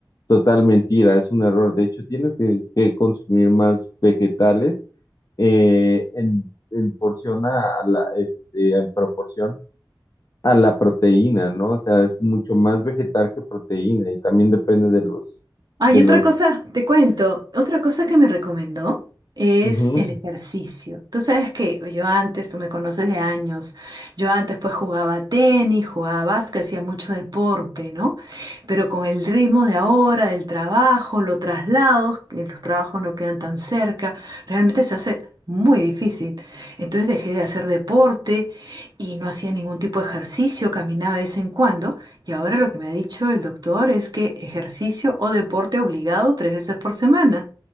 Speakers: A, on the left; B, on the right.
A: total mentira, es un error. De hecho, tienes que que consumir más vegetales eh, en, en porción a la, este, en proporción a la proteína, ¿no? O sea, es mucho más vegetal que proteína y también depende de los,
B: Hay
A: de
B: otra
A: los,
B: cosa, te cuento, otra cosa que me recomendó es
A: ujú.
B: el ejercicio. Tú sabes que yo antes, tú me conoces de años, yo antes pues jugaba tenis, jugaba básquet, hacía mucho deporte, ¿no? Pero con el ritmo de ahora, del trabajo, los traslados, que los trabajos no quedan tan cerca, realmente se hace muy difícil. Entonces dejé de hacer deporte y no hacía ningún tipo de ejercicio, caminaba de vez en cuando. Y ahora lo que me ha dicho el doctor es que ejercicio o deporte obligado tres veces por semana,